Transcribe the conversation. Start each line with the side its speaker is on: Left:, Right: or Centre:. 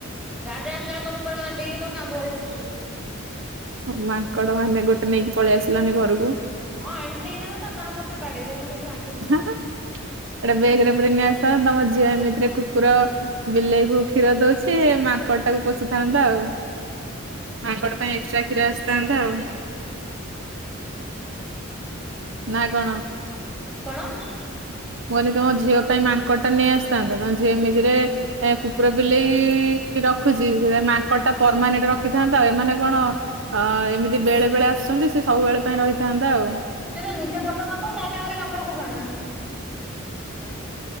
Centre: ଗାଡିରେ ଆସିଲା ବଳେ ସବୁ କହିବେ ଡେଇକି ତ କାନ୍ଧ ଉପରେ ବସିବେ।
Right: ମାଙ୍କଡ ମାନେ ଗୋଟେ ନେଇକି ପଳେଇ ଆସିଲାନି ଘରକୁ।
Centre: ହଁ ଆଣିଥିଲି ହେଇଥାନ୍ତା ମାଆ ମତେ <unintelligible>
Right: ଗୋଟେ ବେଗରେ ପୂରେଇକି ନେଇ ଆସିଥାନ୍ତ ତମ ଝିଅ ଏମିତିରେ କୁକୁର ବିଲେଇ କୁ କ୍ଷୀର ଦଉଛି ମାଙ୍କଡ ଟାକୁ ପୋଷିଥାନ୍ତା ଆଉ। ମାଙ୍କଡ ପାଇଁ ଏକ୍ସଟ୍ରା କ୍ଷୀର ଆସିଥାନ୍ତା ଆଉ। ନା କଣ?
Centre: କଣ?
Right: ମୁଁ କହିଲି ତମ ଝିଅ ପାଇଁ ମାଙ୍କଡ ଟା ନେଇଆସିଥାନ୍ତ ତମ ଝିଅ ଏମିତିରେ ଏ କୁକୁର ବିଲେଇ ରଖୁଛି ସେଥ ମାଙ୍କଡଟା ପରମାନେଣ୍ଟ ରଖ ରଖିଥାନ୍ତ। ଏମାନେ କଣ ଏ ଏମିତି ବେଳେ ବେଳେ ଆସୁଛନ୍ତି ସେ ସବୁବେଳେ ପାଇଁ ରହିଥାନ୍ତା ଆଉ।
Centre: ସେତ ନିଜେ ବଡ ମାଙ୍କଡ ତା ପାଇଁ ଆହୁରି ମାଙ୍କଡ କୋଉଠି ଆଣିଥାନ୍ତି।